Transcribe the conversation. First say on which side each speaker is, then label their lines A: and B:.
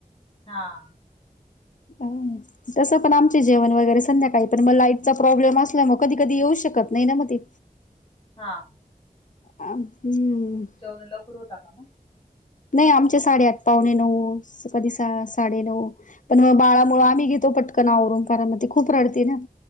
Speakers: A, on the left; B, on the left.
A: हा.
B: म - तसं पण आमचे जेवण वगैरे संध्याकाळी पण मग लाईटचा प्रॉब्लेम असल्या मग कधी कधी येऊ शकत नाही ना मग ती.
A: हा.
B: अ हम्म.
A: जेवण लवकर होता का मग?
B: नाही आमचे साडेआठ पाहणे नऊ कधी साडे नऊ पण मग बाळामुळं आम्ही घेतो पटकन आवरून कारन म त ते खूप रडते ना.